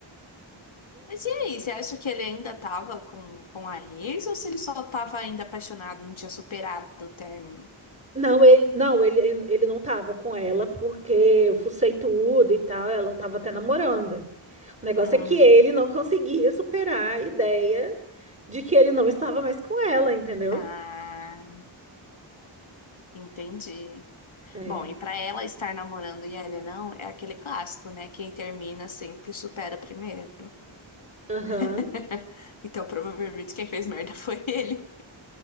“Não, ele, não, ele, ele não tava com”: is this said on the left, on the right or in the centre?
Right